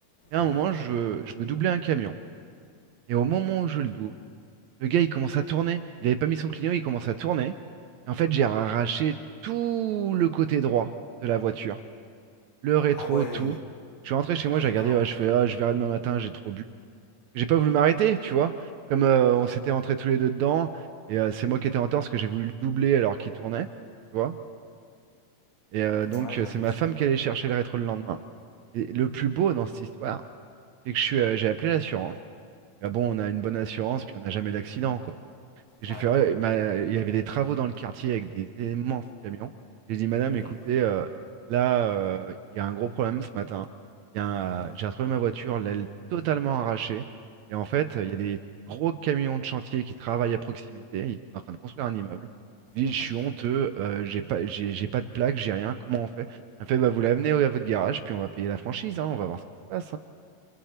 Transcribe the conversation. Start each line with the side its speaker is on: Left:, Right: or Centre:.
Right: Et à
Left: mhm.
Right: un moment, je veux, je veux doubler un camion. Et au moment où je le double, Le gars, il commence à tourner. Il avait pas mis son client, il commence à tourner. Et en fait, j'ai arraché tout le côté droit de la voiture. Le rétro,
Left: Ah ouais,
Right: tout. Je suis rentré chez moi, j'ai
Left: d'accord.
Right: regardé, ah, je fais, ah, je verrai demain matin, j'ai trop bu. J'ai pas voulu m'arrêter, tu vois. Comme euh, on s'était rentrés tous les deux dedans. Et euh, c'est moi qui étais en tort parce que j'ai voulu le doubler alors qu'il tournait, tu vois. Et euh, donc,
Left: Ouais,
Right: euh,
Left: bah
Right: c'est
Left: bien
Right: ma
Left: sûr.
Right: femme qui allait chercher le rétro le lendemain. Et le plus beau dans cette histoire, c'est que je suis, euh, j'ai appelé l'assurance. Ah bon, on a une bonne assurance, puis on n'a jamais d'accident, quoi. J'ai
Left: Ouais.
Right: fait, ouais, ma- il y avait des travaux dans le quartier avec des immenses camions. J'ai dit, Madame,
Left: Mhm,
Right: écoutez, euh, là, euh, il y a un gros problème ce matin. Il y a
Left: mhm,
Right: un- J'ai retrouvé ma voiture, l'aile totalement arrachée. Et en fait, il y a des gros camions de chantier qui travaillent à proximité. Ils sont en train de construire un immeuble. Je dis,
Left: mhm.
Right: je suis honteux, euh, j'ai pas, j'ai j'ai pas de plaque, j'ai rien. Comment on fait? Elle me fait, bah, vous l'amenez à votre garage, puis on va payer la franchise, hein, on va voir ce qui se passe. hein.